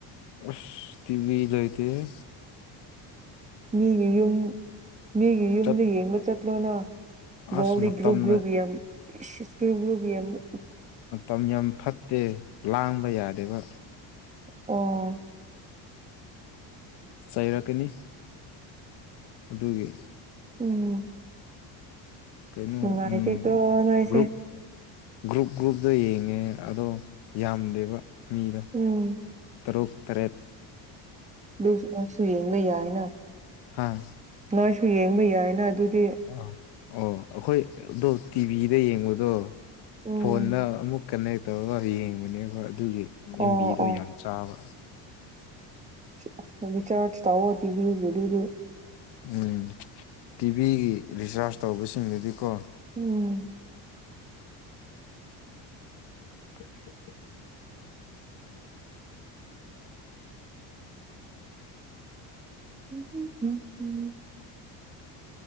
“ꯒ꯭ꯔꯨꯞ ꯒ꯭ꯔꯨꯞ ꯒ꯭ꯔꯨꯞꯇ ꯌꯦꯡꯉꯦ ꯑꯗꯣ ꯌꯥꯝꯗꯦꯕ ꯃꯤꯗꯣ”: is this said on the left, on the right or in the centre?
Left